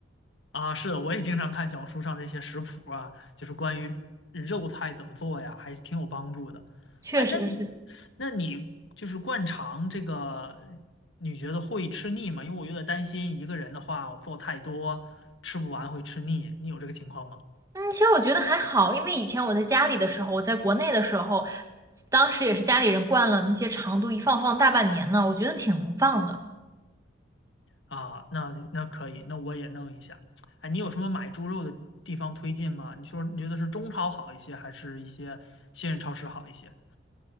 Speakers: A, on the left; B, on the right.
A: 啊，是的，我也经常看小红书上这些食谱啊，就是关于肉菜怎么做呀，还是挺有帮助的。
B: 确实是。
A: 哎，那你那你就是灌肠这个，你觉得会吃腻吗？因为我有点担心一个人的话，我做太多吃不完会吃腻。你有这个情况吗？
B: 嗯，其实我觉得还好，因为以前我在家里的时候，我在国内的时候，当时也是家里人灌了那些长度，一放放大半年呢，我觉得挺能放的。
A: 啊，那那可以，那我也弄一下。哎，你有什么买猪肉的地方推荐吗？你说你觉得是中超好一些，还是一些信任超市好一些？